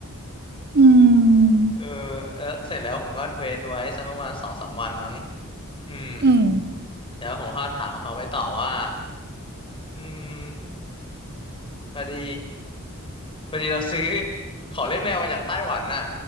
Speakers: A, on the right; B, on the left.
A: อืม
B: เออแล้วเสร็จแล้วผมก็เว้นไว้สักประมาณสองสามวันมั้งอืม
A: อืม
B: แล้วผมก็ถามเขาไปต่อว่าอืม พอดีพอดีเราซื้อ <laughs> ของเล่นแมวมาจากไต้หวันน่ะ